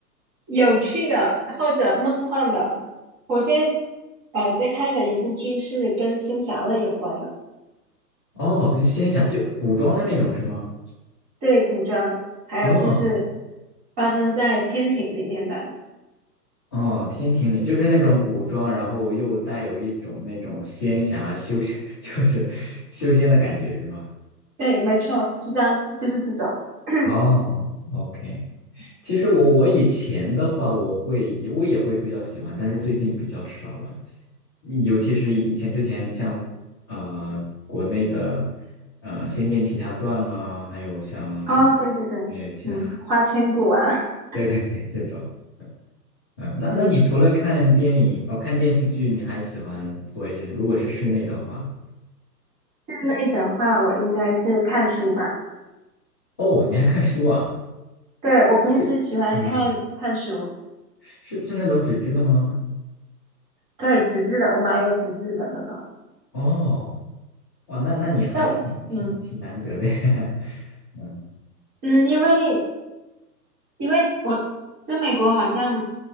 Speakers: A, on the right; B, on the left.
A: 有趣的或者梦幻的。我现在呃在看的一部剧是跟仙侠类有关的。
B: 哦，跟仙侠就古装的那种是吗？
A: 对，古装，还有就是
B: 哦
A: 发生在天庭里面的，
B: 哦，天庭里就是那种古装，然后又带有一种那种仙侠修仙，<laughs> 就是修仙的感觉是吗？
A: 对，没错，是这样，就是这种。<clears throat>
B: 哦，OK。其实我我以前的话，我会我也会比较喜欢，但是最近比较少了，嗯尤其是以前之前像呃国内的呃《仙剑奇侠传》啊，还有像什么
A: 哦，对对对，
B: 呃其他
A: 嗯，花千骨啊，
B: <laughs>
A: <laughs>
B: 对对对这种，嗯、那那你除了看电影哦看电视剧，
A: 嗯，
B: 你还喜欢做一些什么如果是室内的话，
A: 室内的话，我应该是看书吧。
B: 哦你还看书啊？
A: 对，我平时喜欢看看书，
B: 是嗯是是那种纸质的吗？
A: 对，纸质的，我买有纸质的那种。
B: 哦哇那那你还挺挺挺难得的呀。
A: 像我，嗯
B: <laughs> 嗯，
A: 嗯，因为因为我在美国好像